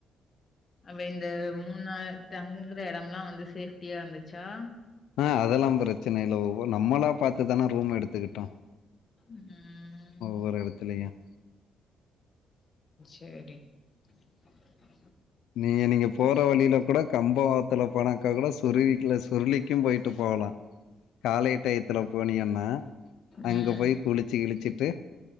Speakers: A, on the left; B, on the left.
A: அப இந்த மூணு நாள் தங்குற இடம் எல்லாம் வந்து சேப்டியா இருந்துச்சா
B: ஆஹ் அதெல்லாம் பிரச்சனை இல்ல ஒவ்வ நம்மளா பார்த்துதானே ரூம் எடுத்துக்கிட்டோம்
A: ம்
B: வொவ்வொறு எடத்துலய்யும்
A: சரி உம்
B: நீங்க நீங்க போற வழியில கூட கப் இப்ப போனாக்கா கூட சுருவீக்ல சுருளிக்கும் போயிட்டு போகலாம் காலை டயத்துல போய பனியண்ண அங்கே
A: ம்
B: போய் குளிச்சு கழிச்சிட்டு